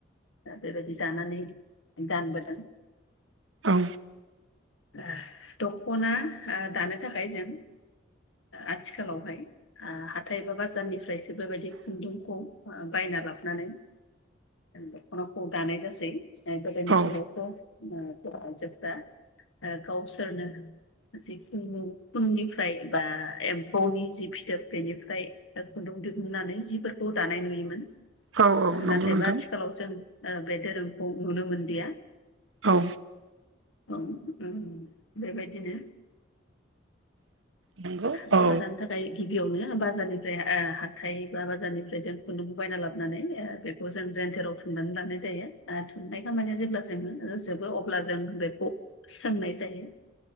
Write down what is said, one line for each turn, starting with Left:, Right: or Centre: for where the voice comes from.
Left: दा बेबायदि दानानै गानबोदों।
Right: औ।
Left: ओ दख'ना ओ दानो थाखाय जों ओ आथिखालावहाय ओ हाथाय एबा बाजारनिफ्रायसो बेबायदि खुन्दुंखौ बायना लाबोनानै दख'नाखौ दानाय जासै, गोदोनि
Right: औ
Left: समावथ' ओ बर' आइजोफ्रा ओ गावसोरनो जिखिनि खुननिफ्राय बा एम्फौनि जि फिथोब बेनिफ्राय खुन्दुं दिहुन्नानै जिफोरखौ दानाय नुयोमोन,
Right: औ नंगौ
Left: नाथायबा
Right: नोंथां
Left: आथिखालाव जों ओ बे धोरोमखौ नुनो मोनलिया।
Right: औ
Left: औ ओम बेबायदिनो
Right: नंगौ
Left: दख'ना
Right: औ
Left: दानो थाख ओम गिबियावनो बाजारनिफ्राय हाथाय बा बाजारनिफ्राय जों खुन्दुंखौ बायना लाबोनानै खौ जों जेन्टेराव थुननानै लानाय जायो ओ थुननाय खामानिया जेब्ला जोबो ओ जोबो अब्ला जों बेखौ सोंनाय जायो।